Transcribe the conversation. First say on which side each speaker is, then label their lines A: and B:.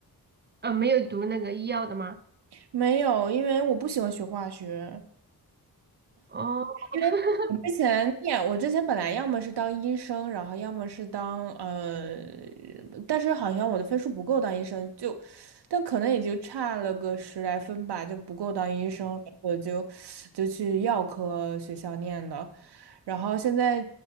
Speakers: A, on the right; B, on the right.
A: 呃，没有读那个医药的吗？
B: 没有，因为我不喜欢学化学。
A: 哦
B: 因为我之前念，
A: <laughs>，
B: 我之前本来要么是当医生，然后要么是当呃，但是好像我的分数不够当医生，就，但可能也就差了个十来分吧，就不够当医生，我就就去药科学校念的，然后现在